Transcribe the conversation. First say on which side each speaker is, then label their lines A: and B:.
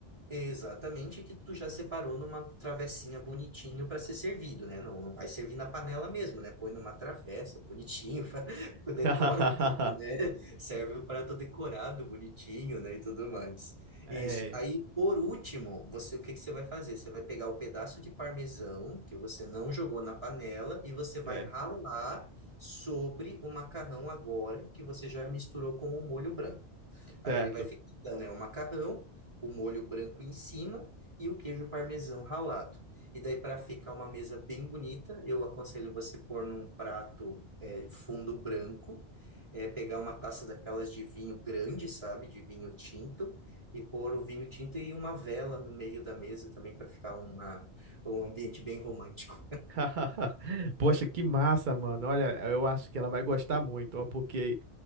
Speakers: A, on the right (about 25°); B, on the right (about 45°).
A: Exatamente, que tu já separou numa travessinha bonitinho para ser servido, né? Não, não vai servir na panela mesmo, né? Põe numa travessa bonitinho, <laughs> fa- decora
B: <laughs>
A: o prato, né? Serve o prato decorado bonitinho, né? E tudo mais.
B: É,
A: Isso. Aí, por último, você, o que que você vai fazer? Você vai pegar o pedaço de parmesão que você não jogou na panela e você vai
B: certo,
A: ralar sobre o macarrão agora que você já misturou com o molho branco.
B: certo.
A: Aí ele vai ficar, então, né, o macarrão o molho branco em cima e o queijo parmesão ralado. E daí, para ficar uma mesa bem bonita, eu aconselho você pôr num prato é, fundo branco, é, pegar uma taça daquelas de vinho grande, sabe? De vinho tinto, e pôr o vinho tinto e uma vela no meio da mesa também para ficar uma, um ambiente bem romântico.
B: <laughs> Poxa, que massa, mano. Olha, eu acho que ela vai gostar muito, ó, porque